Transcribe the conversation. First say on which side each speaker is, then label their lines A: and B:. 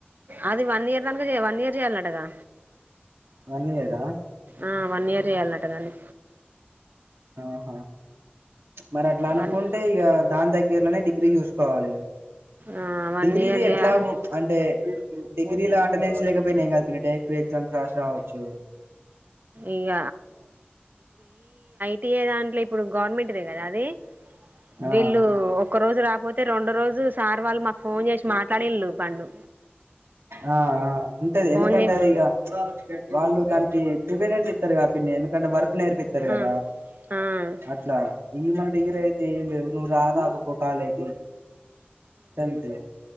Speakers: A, on the right (about 50°); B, on the right (about 85°).
A: అది వన్ ఇయర్దాంకా చెయ వన్ ఇయర్ చేయాలంటగా
B: వన్ ఇయరా
A: ఆ వన్ ఇయర్ చేయాలంటగా దాన్ని
B: ఆహా మరి అట్లా అనుకుంటే
A: వన్
B: ఇక దాని దగ్గర్లోనే డిగ్రీ చూసుకోవాలి
A: ఆ వన్
B: డిగ్రీది
A: ఇయర్ చేయాలి
B: ఎట్లాగో అంటే డిగ్రీ లా అటెండెన్స్ లేకపోయినా ఏం కాదు పిన్ని డైరెక్ట్గా పోయి ఎగ్జామ్స్ రాసి రావచ్చు
A: ఇక అంటే ఏదాంట్లో ఇప్పుడు గవర్నమెంట్దే కదా అది
B: ఆ
A: వీళ్ళు ఒక్క రోజు రాపోతే రెండు రోజు సార్ వాళ్ళు మాకు ఫోన్ చేసి మాట్లాడిళ్ళు పండు
B: ఆ ఆ ఉంటది
A: ఫోన్
B: ఎందుకంటే
A: చే
B: ఇగ వాళ్ళు దానికి ప్రిఫరెన్స్ ఇస్తారు కదా పిన్ని ఎందుకంటే వర్క్ నేర్పిస్తారు కదా
A: ఆ ఆ ఆ
B: అట్లా ఈ మన డిగ్రీ అయితే ఏమి లేవు నువ్వు రామాకుపో కాలేకి అంతే